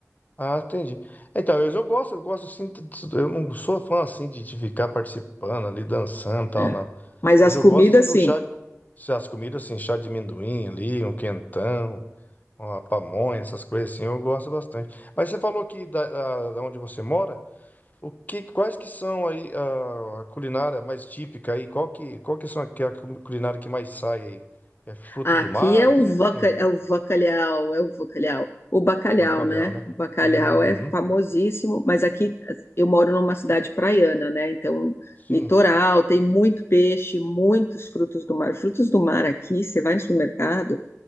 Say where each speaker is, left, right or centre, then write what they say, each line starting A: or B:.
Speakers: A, on the left; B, on the left.
A: Ah, entendi. Então, eu, eu gosto, eu gosto assim, de- de- eu não sou fã assim de, de ficar participando ali, dançando e tal,
B: É.
A: nada.
B: Mas as
A: Mas eu
B: comidas,
A: gosto assim do
B: sim.
A: chá, se as comidas assim, chá de amendoim ali, um quentão, uma pamonha, essas coisas assim, eu gosto bastante. Mas você falou que da, da- da onde você mora, o que, quais que são aí a, a culinária mais típica aí? Qual que, qual que são a, que é a cu- culinária que mais sai aí? É fruto
B: Aqui
A: do mar,
B: é
A: assim,
B: o vaca,
A: o que que é?
B: é o bacalhau é o bacalhau O bacalhau,
A: Bacalhau,
B: né?
A: né?
B: O bacalhau
A: Uhum,
B: é famosíssimo, mas aqui eu moro numa cidade praiana, né? Então,
A: sim.
B: litoral, tem muito peixe, muitos frutos do mar. Frutos do mar aqui, você vai no supermercado,